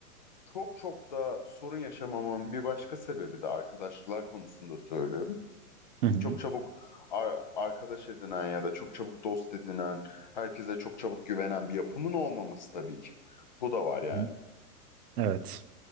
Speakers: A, on the left; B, on the right.
A: çok çok da sorun yaşamamamın bir başka sebebi de arkadaşlar konusunda söylüyorum.
B: Hı hı.
A: Çok çabuk ar- arkadaş edinen ya da çok çabuk dost edinen, herkese çok çabuk güvenen bir yapımın olmaması tabii ki. Bu da var
B: Hı
A: yani.
B: hı. Evet.